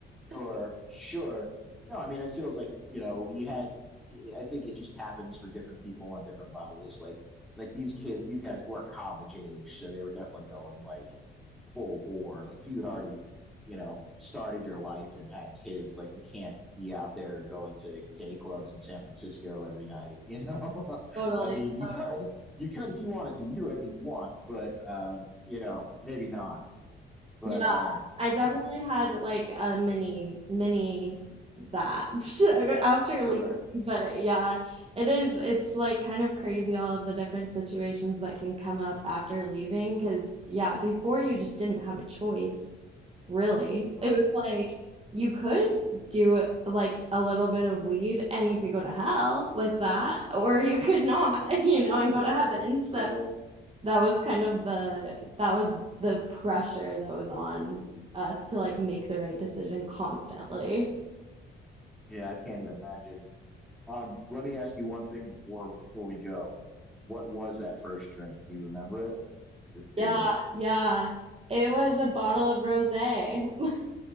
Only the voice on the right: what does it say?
<laughs>
totally,
totally.
Yeah,
I definitely
had like a mini mini that <laughs> after leaving.
But yeah, it is it's like kind of crazy all of the different situations that can come up after leaving because yeah, before you just didn't have a choice, really. It
was like you could do it- like a little bit of weed and you could go to hell with that, or you could not, <laughs> you know, and go to heaven. So
that was kind of the that was the pressure that was on us to like make the right decision constantly.
Yeah, yeah. It was a bottle of rosé. <laughs>